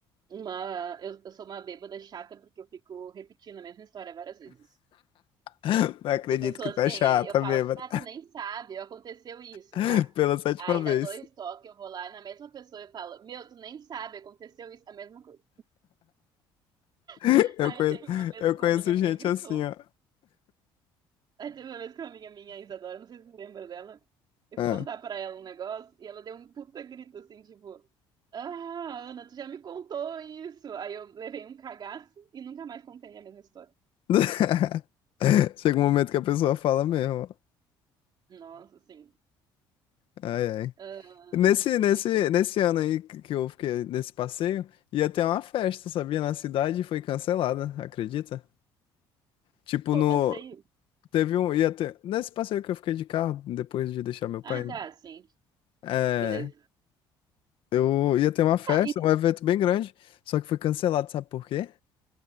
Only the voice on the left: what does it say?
<laughs> Não acredito
que
tá chata,
bêbada.
<laughs>
Pela sétima
vez.
<laughs>
Eu
conheço,
eu
conheço
gente
assim, ó.
Ah.
<laughs> Chega um momento que a pessoa fala mesmo.
Ai, ai.
Nesse,
nesse,
nesse ano aí que que eu fiquei nesse passeio, ia ter uma festa, sabia? Na cidade e foi cancelada, acredita? Tipo,
no.
Teve um. Ia ter, nesse passeio que eu fiquei de carro, depois de deixar meu
pai.
É.
Eu ia ter uma festa,
um evento bem grande, só que foi cancelado, sabe por quê?